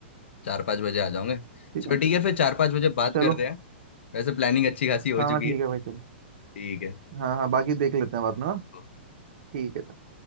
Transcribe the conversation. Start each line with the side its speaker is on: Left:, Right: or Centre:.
Left: चार पाँच बजे आ जाऊंगे
Right: ठीक
Left: चलो
Right: है
Left: ठीक है फिर चार पाँच बजे बात
Right: चलो
Left: करते हैं वैसे प्लानिंग अच्छी खासी
Right: हाँ
Left: हो चुकी
Right: हाँ ठीक
Left: है
Right: है भाई चलो
Left: ठीक है
Right: हाँ हाँ बाकी देख लेते हैं बाद में ना
Left: ओके।
Right: ठीक है